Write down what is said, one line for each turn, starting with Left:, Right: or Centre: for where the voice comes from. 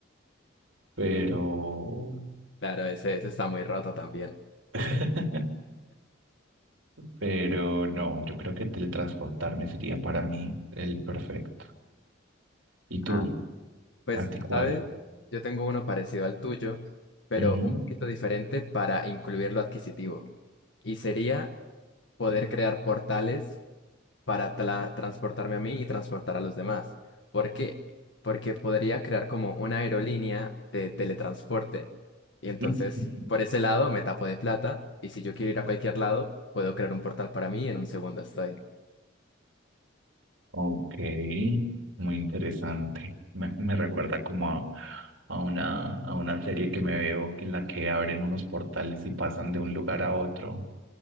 Right: pero,
Left: Claro, ese, ese está muy roto también.
Right: <laughs> pero no, yo creo que teletransportarme sería para mí el perfecto. ¿Y tú?
Left: Ah. Pues,
Right: ¿A ti cuál?
Left: ¿sabes? Yo tengo uno parecido al tuyo, pero
Right: Ujú.
Left: un poquito diferente para incluir lo adquisitivo. Y sería poder crear portales para tla- transportarme a mí y transportar a los demás. ¿Por qué? Porque podría crear como una aerolínea de teletransporte. Y entonces,
Right: <laughs>
Left: por ese lado, me tapo de plata. Y si yo quiero ir a cualquier lado, puedo crear un portal para mí y en un segundo estoy.
Right: Ok, muy interesante. Me, me recuerda como a, a una, a una serie que me veo en la que abren unos portales y pasan de un lugar a otro